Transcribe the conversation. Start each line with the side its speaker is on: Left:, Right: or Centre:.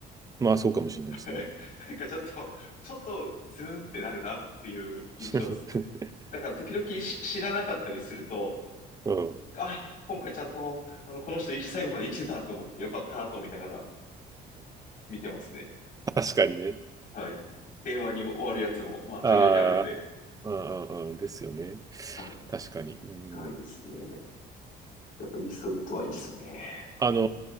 Right: まあ、そうかもしれないですね。
Left: <laughs> なんかちょっと、ちょっとズーンってなるなっていう印象ですね。
Right: <laughs>
Left: だから時々し知らなかったりすると、
Right: うん。
Left: なんかあ、今回ちゃんと、あの、この人生き、最後まで生きてたと思ってよかったと思いながら見てますね。
Right: 確かにね。
Left: はい。平和に終わるやつも、まあ時々あるんで。
Right: ああ、うんうんうん。ですよね。
Left: はい。
Right: 確かに。うん。
Left: あ、いいっすね。やっぱイーストウッドはいいっすね。
Right: あの